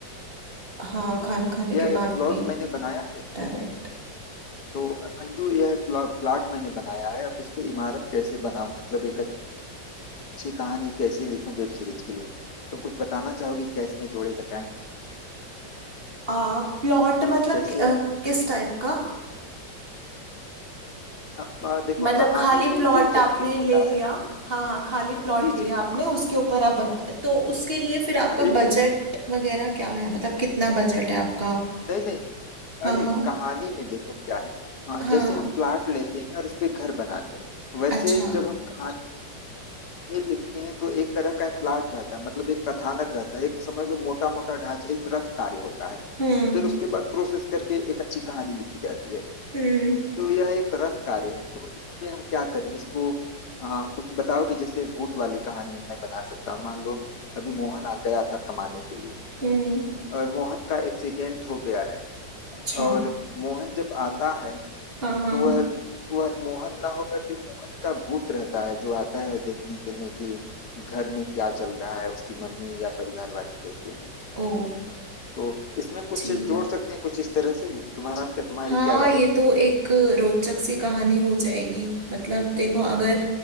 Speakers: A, on the right; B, on the left.
A: हाँ
B: जी
A: खाना
B: जी
A: खाने
B: यह
A: के
B: एक
A: बाद
B: प्लॉट
A: भी
B: मैंने बनाया है
A: डायरेक्ट
B: तो तो अंजू यह प्ला, प्लाट मैंने बनाया है अब इस पे इमारत कैसे बनाऊं मतलब एक अच्छी कहानी कैसे लिखूं वेब सीरीज के लिए तुम कुछ बताना चाहोगे क्या इसमें जोड़े घटाएं
A: आ, प्लॉट मतलब
B: जैसे
A: कि- अ, किस टाइप का
B: अब आ, देखो
A: मतलब
B: कहानी
A: खाली
B: में
A: प्लॉट
B: जो
A: आपने
B: जमीन
A: ले
B: होता
A: लिया
B: है
A: हाँ हाँ खाली प्लॉट
B: जी
A: लिया
B: जी
A: आपने उसके ऊपर आप बना रहे तो उसके लिए फिर आपका
B: हाँ ए,
A: बजट
B: ए,
A: वगैरह क्या है मतलब कितना बजट है आपका
B: नहीं नहीं
A: हाँ
B: अरे
A: हाँ
B: कहानी में देखो क्या है हाँ,
A: हाँ
B: जैसे हम प्लाट लेते हैं और उस पे घर बनाते हैं वैसे
A: अच्छा
B: जब हम कहानी लिखते हैं तो एक तरह का प्लाट रहता है मतलब एक कथानक रहता है एक समझ लो मोटा मोटा ढांचा एक रफ कार्य होता है
A: हम्म
B: फिर उसके बाद प्रोसेस करके एक अच्छी कहानी लिखी जाती है
A: हम्म
B: तो यह एक रफ कार्य है तो इसमें हम क्या करें इसको आ, कुछ बताओ कि जैसे भूत वाली कहानी मैं बना सकता हूँ मान लो अभी मोहन आ गया था कमाने के लिए
A: हम्म
B: और मोहन का एक्सीडेंट हो गया है
A: अच्छा
B: और मोहन जब आता है
A: हाँ
B: तो
A: हाँ
B: वह वह मोहन ना होकर के मोहन का भूत रहता है जो आता है देखने के लिए कि घर में क्या चल रहा है उसकी मम्मी या परिवार वाले कैसे हैं
A: ओ
B: तो इसमें कुछ
A: ठीक
B: जोड़ सकते हैं कुछ इस तरह से तुम्हारा क्या तुम्हारी
A: हाँ
B: क्या राय
A: ये
B: है
A: तो एक रोचक सी कहानी हो जाएगी मतलब देखो अगर